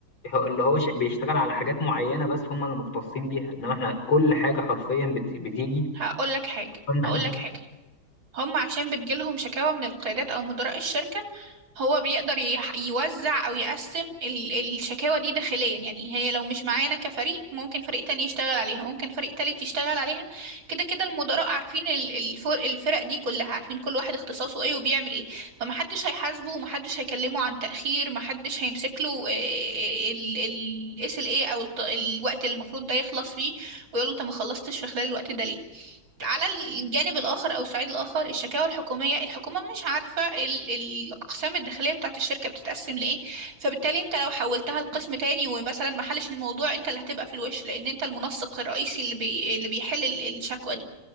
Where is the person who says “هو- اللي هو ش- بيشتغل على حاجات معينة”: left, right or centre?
Left